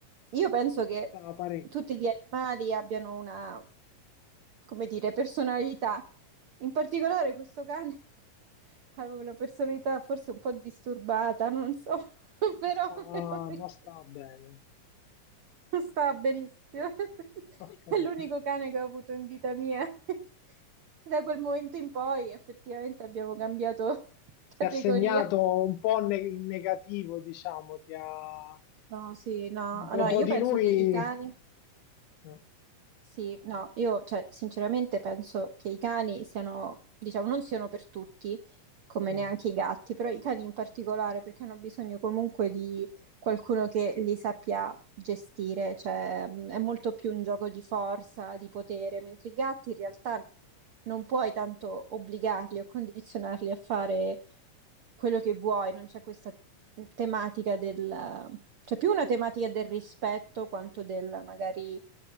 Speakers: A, on the right; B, on the left.
A: Io penso che
B: stava parecchio,
A: tutti gli animali abbiano una, come dire, personalità. In particolare questo cane <laughs> aveva una personalità forse un po' disturbata, non so, <laughs> però
B: stava-
A: veramente...
B: non stava bene.
A: Sta benissimo. <laughs>
B: Ho capito.
A: È l'unico cane che ho avuto in vita mia. <laughs> E Da quel momento in poi effettivamente abbiamo cambiato <laughs>
B: Ti
A: categoria.
B: ha segnato un po' ne- in negativo, diciamo, ti ha...
A: No, sì, no. Allora,
B: Dopo
A: io
B: di
A: penso
B: lui...
A: che i cani.
B: Mm,
A: Sì, no, io cioè, sinceramente penso che i cani siano, diciamo, non siano per tutti, come
B: mm.
A: neanche i gatti, però i cani in particolare perché hanno bisogno comunque di qualcuno che li sappia gestire, cioè mh, è molto più un gioco di forza, di potere, mentre i gatti in realtà non puoi tanto obbligarli o condizionarli a fare quello che vuoi, non c'è questa tematica del... c'è più una tematica del rispetto quanto del magari